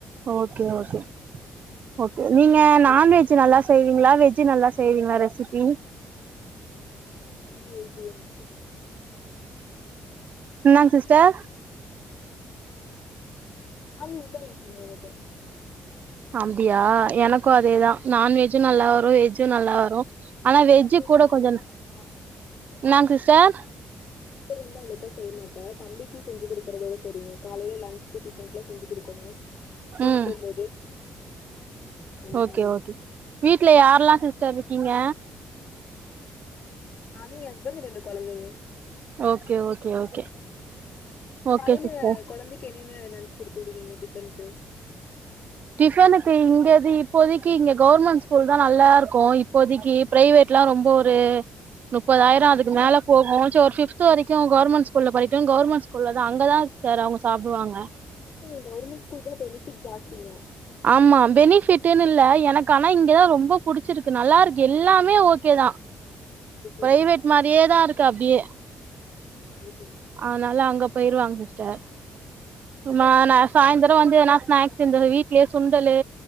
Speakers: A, on the right (about 45°); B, on the left (about 50°).
A: ஓகே ஓகே ஓகே நீங்க நான்வெஜு நல்லா செய்வீங்ளா வெஜு நல்லா செய்வீங்ளா ரெசிப்பி
B: ம் <unintelligible>
A: என்னா சிஸ்டர்
B: நா நீங்தா இருக்கீங்க எனக்கு
A: அம்டியா எனக்கு அதேதா நான்வெஜு நல்லா வரு வெஜ் ஜூ நல்லா வரு ஆனா வெஜ்ஜு
B: வெஜிடேரியன்
A: கூட
B: அவ்வளோக்கா
A: கொஞ்ச என்னாங்
B: செய்ய
A: சிஸ்டர்
B: இப்பறிந்து அவ்ளோக்கா செய்ய மாட்டே தம்பிக்கி செஞ்சி குடுக்கறதோட செரிங்க காலைல லன்ச் சி டிஃப்றென்ட்லா செஞ்சு குடுக்கணு ஸ்கூலுக்
A: ம்
B: போம்போது அந்த
A: ஓகே
B: மாரி.
A: ஓகே வீட்ல யார்லா சிஸ்டர் ருக்கீங்க
B: நானு எ ஹஸ்பண்ட் ரெண்டு கொழந்தைங்க
A: ஓகே ஓகே ஓகே ஓகே
B: காலைல
A: சிஸ்டர்
B: கொழந்தைக்கு என்னென்ன லன்ச் குடுத்து வுடுவீங்க டிஃபனுக்கு
A: டிஃபனுக்கு இங்கது இப்போதைக்கி இங்க கவுர்மெண்ட் ஸ்கூல்தா நல்லாருக்கு இப்போதைக்கிப் பிரைவேட்லா ரொம்ப ஒரு நுப்பதாயிரோ அதுக்கு மேலப் போகு சோ ஒரு ஃபிப்த்து வரைக்கு கவுர்மெண்ட் ஸ்கூல்லப் படிக்ட்டு கவுர்மெண்ட் ஸ்கூல்லதா அங்கதா சார் அவுங்க சாப்டுவாங்க
B: இல்லங்க கவுர்மெண்ட் ஸ்கூல்தா பெனிஃபிட் ஜாஸ்திங்க
A: ஆமா பெனிஃபிட்டுனு இல்ல எனக்கு ஆனா இங்கதா ரொம்ப புடிச்சிருக்கு நல்லாருக்கு எல்லாமே ஓகேதா
B: சரி சரிங்க.
A: பிரைவேட் மாரியேதா இருக்க அப்டியே
B: ஆ சரி சரிங்க
A: அதனால அங்க போயிருவாங்க சிஸ்டர் நானா சாய்ந்தர வந்து எதனா ஸ்நாக்ஸ் இந்தது வீட்லியே சுண்டலு